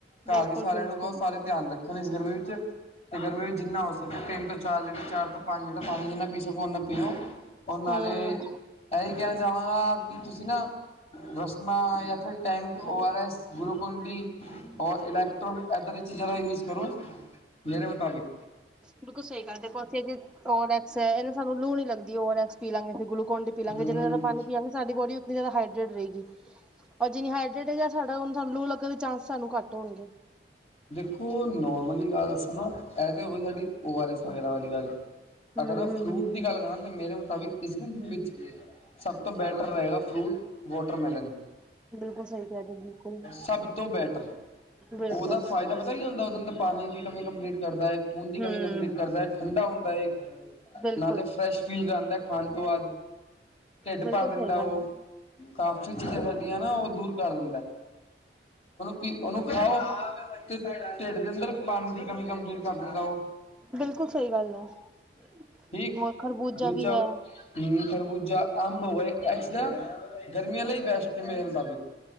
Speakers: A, on the left; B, in the centre.
A: ਘਰ
B: ਬਿਲਕੁਲ
A: ਵੀ ਸਾਰਿਆਂ
B: ਬਿਲਕੁਲ
A: ਨੂੰ ਕਹੋ ਸਾਰੇ ਧਿਆਨ ਰੱਖਣ ਇਸ ਗਰਮੀ ਵਿੱਚ ਤੇ ਗਰਮੀ ਵਿੱਚ ਜਿੰਨਾ ਹੋ ਸਕੇ। ਤਿੰਨ ਤੋਂ ਚਾਰ ਲੀਟਰ ਚਾਰ ਤੋਂ ਪੰਜ ਲੀਟਰ ਪਾਣੀ ਜਿੰਨਾ ਪੀ ਸਕੋ ਓਨਾ ਪੀਓ ਔਰ ਨਾਲੇ
B: ਹਮ
A: ਇਹੀ ਕਹਿਣਾ ਚਾਹਵਾਂਗਾ। ਕੀ ਤੁਸੀਂ ਨਾ ਰਸਨਾਂ ਜਾਂ ਫਿਰ Tang O R S Glucon D, electrode ਏਦਾਂ ਦੀ ਚੀਜ਼ਾਂ ਦਾ ਯੂਜ਼ ਕਰੋ। ਮੇਰੇ ਮੁਤਾਬਿਕ
B: ਬਿਲਕੁਲ ਸਹੀ ਗੱਲ ਤੇ ਅਸੀ ਓ ਐਕਸ ਹੈ ਇਹ ਸਾਨੂੰ ਲੂ ਨੀ ਲੱਗਦੀ ਓ ਐਕਸ ਪੀ ਲਾਂਗੇ ਗਲੂਕੋਨ ਡੀ ਲਾਂਗੇ
A: ਹੂੰ
B: ਜਿੰਨਾ ਜ਼ਿਆਦਾ ਪਾਣੀ ਪੀਵਾਂਗੇ ਸਾਡੀ ਬੋਡੀ ਤੇ ਜਿਆਦਾ ਹਾਈਡਰੇਟ ਰਹੇਗੀ। ਔਰ ਜਿੰਨੀ ਹਾਈਡਰੇਟ ਸਾਡਾ ਲੂ ਲੱਗਣ ਦੇ ਚਾਂਸ ਸਾਨੂੰ ਘੱਟ ਹੋਣਗੇ।
A: ਦੇਖੋ ਨੋਰਮਲੀ ਗੱਲ ਦੱਸਾ ਨਾ, ਇਹ ਤਾਂ ਹੋਈ ਸਾਡੀ ਓ਼ਆਰ ਐਸ ਵਗੈਰਾ ਵਾਲੀ ਗੱਲ
B: ਹੂੰ
A: ਅਗਰ ਮੈਂ
B: ਹੂੰ
A: ਫਰੂਟ
B: ਹੂੰ।
A: ਦੀ ਗੱਲ ਕਰਾਂ ਤਾਂ ਮੇਰੇ ਮੁਤਾਬਿਕ ਇਸ ਗਰਮੀ ਵਿੱਚ ਸਭ ਤੋਂ ਬੈਟਰ ਹੈਗਾ। Fruit watermelon.
B: ਬਿਲਕੁਲ ਸਹੀ ਕਹਿ ਰਹੇ ਬਿਲਕੁਲ
A: ਸਭ ਤੋਂ ਬੈਟਰ
B: ਬਿਲਕੁਲ
A: ਉਹਦਾ ਫਾਇਦਾ ਪਤਾ ਕੀ ਹੁੰਦਾ। ਉਹਦੇ ਅੰਦਰ ਪਾਣੀ ਦੀ ਕਮੀ ਕੰਪਲੀਟ ਕਰਦਾ ਹੈ। ਖੂਨ ਦੀ
B: ਹੂੰ
A: ਕਮੀ ਕੰਪਲੀਟ ਕਰਦਾ ਹੈ। ਠੰਡਾ ਹੁੰਦਾ ਹੈ।
B: ਬਿਲਕੁਲ
A: ਨਾਲੇ ਫਰੈਸ਼ ਫੀਲ ਕਰਾਉਂਦਾ ਖਾਣ ਤੋਂ ਬਾਅਦ ਢਿੱਡ
B: ਬਿਲਕੁਲ
A: ਭਰ ਦਿੰਦਾ।
B: ਸਹੀ ਗੱਲ
A: ਉਹ
B: ਹੈ
A: ਕਾਫੀ ਚੀਜ਼ਾਂ
B: ਬਿਲਕੁਲ
A: ਸਾਡੀਆਂ ਨਾ ਉਹ ਦੂਰ ਕਰ ਦਿੰਦਾ ਏ। ਕਿ ਉਹਨੂੰ ਖਾਓ ਤੇ ਢਿੱਡ ਦੇ ਅੰਦਰ ਪਾਣੀ ਦੀ ਕਮੀ ਕੰਪਲੀਟ ਕਰ ਦਿੰਦਾ। ਉਹ
B: ਬਿਲਕੁਲ ਸਹੀ ਗੱਲ ਹੈ ਐ।
A: ਠੀਕ
B: ਹੋਰ ਖਰਬੂਜਾ
A: ਦੂਜਾ
B: ਵੀ ਹੈ।
A: ਹਮ ਖਰਬੂਜਾ, ਅੰਬ ਹੋ ਐਸ ਤਰਾਂ ਗਰਮੀਆਂ ਲਈ ਬੈਸਟ ਹੈ। ਮੇਰੇ ਮੁਤਾਬਿਕ